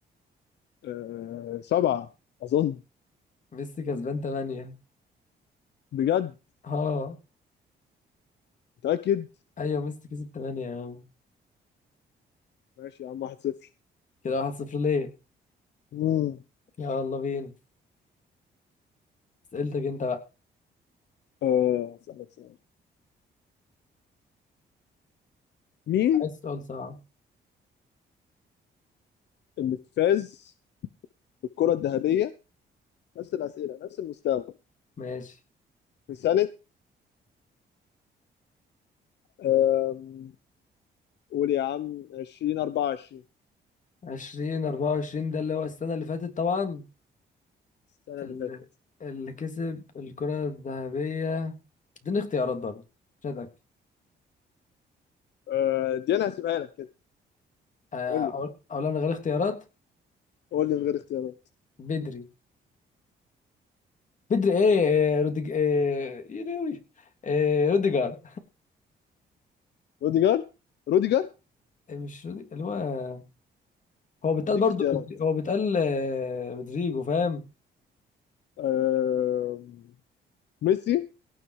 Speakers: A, on the left; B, on the left.
A: أه سبعة أظن
B: ميسي كسبان تمانية
A: بجد
B: اه
A: متأكد
B: ايوه ميسي كسب تمانية يا عم
A: ماشي يا عم واحد صفر
B: كده واحد صفر ليه
A: مم.
B: يلا بينا اسئلتك انت بقى
A: أه أسألك سؤال مين
B: عايز سؤال صعب
A: اللي فاز بالكرة الذهبية نفس الأسئلة نفس المستوى
B: ماشي
A: في سنة آم، قول يا عم 2024
B: عشرين أربعة وعشرين ده اللي هو السنة اللي فاتت طبعا
A: السنة
B: ال-
A: اللي فاتت
B: اللي كسب الكرة الذهبية اديني اختيارات برضه مش هتأكد
A: آه، دي أنا هسيبها لك كده
B: آه،
A: قول
B: أقول
A: لي
B: أقول أنا من غير اختيارات
A: قول لي من غير اختيارات
B: بدري بدري إيه آه، روديج إيه يروي إيه روديجر
A: روديجر روديجر
B: إيه مش رودي... اللي هو هو بيتقال
A: هديك
B: برضه
A: اختيارات
B: هو بيتقال آه، رودريجو فاهم
A: آم، ميسي